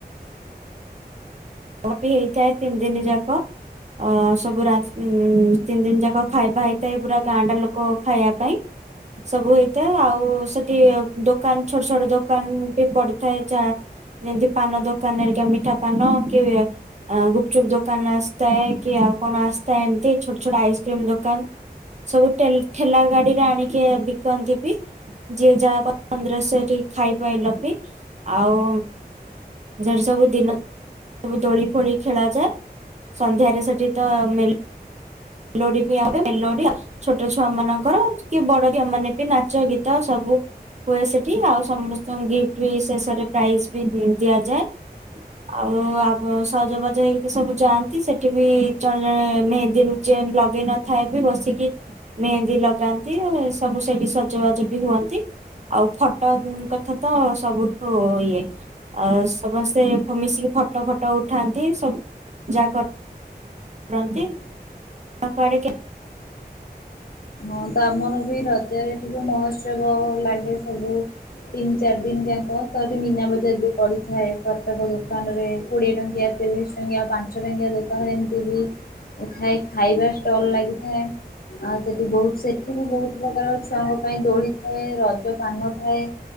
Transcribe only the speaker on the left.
ହଁ ତ ଆମର ବି ରଜରେ ଏଠି ଯୋଉ ମହୋତ୍ସବ ଲାଗେ ସବୁ ତିନି ଚାରି ଦିନଯାଙ୍କ ତ ଏଠି ମୀନା ବଜାର ବି ପଡ଼ିଥାଏ, ପ୍ରତ୍ୟେକ ଦୋକାନରେ କୋଡ଼ିଏ ଟଙ୍କିଆ ତିରିଶ ଟଙ୍କିଆ, ପାଞ୍ଚ ଟଙ୍କିଆ ଦୋକାନ ଏମିତି ବି ଖାଇ ଖାଇବା ଷ୍ଟଲ୍ ଲାଗିଥାଏ। ଆଉ ସେଠି ବହୁତ ସେଠି ବି ବହୁତ ପ୍ରକାର ଛୁଆଙ୍କ ପାଇଁ ଦୋଳି ଥାଏ ରଜ ପାନ ଥାଏ।